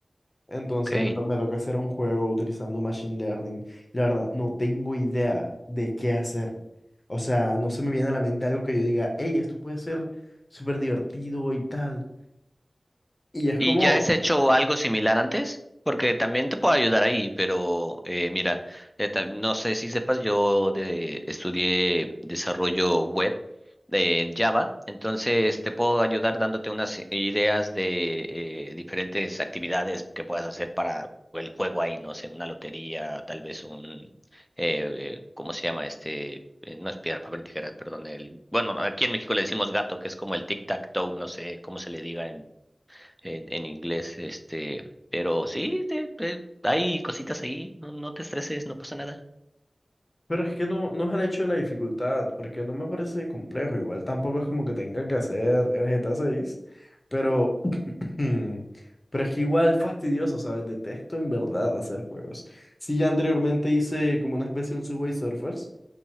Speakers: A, on the left; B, in the centre.
A: Entonces
B: ok.
A: me, to- me toca hacer un juego utilizando Machine Learning. La verdad, no tengo idea de qué hacer. O sea, no se me viene a la mente algo que yo diga, hey, esto puede ser súper divertido y tal. Y es
B: ¿Y
A: como,
B: ya has hecho algo similar antes? Porque también te puedo ayudar ahí, pero eh, mira, eh, ta- no sé si sepas, yo de- estudié desarrollo web eh, en Java, entonces te puedo ayudar dándote unas i- ideas de eh, diferentes actividades que puedas hacer para el juego ahí, no sé, una lotería, tal vez un, eh, ¿cómo se llama este? Eh, No es piedra, papel, tijeras, perdón. El, bueno, aquí en México le decimos gato, que es como el tic-tac-toe, no sé cómo se le diga en, en inglés, este, pero sí, te- te- hay cositas ahí, no, no te estreses, no pasa nada.
A: pero es que no, no es el hecho de la dificultad, porque no me parece complejo. Igual tampoco es como que tenga que hacer el GTA 6, pero Hmm, Pero es que igual es fastidioso, ¿sabes? Detesto en verdad hacer juegos. Sí, ya anteriormente hice como una especie de un Subway Surfers,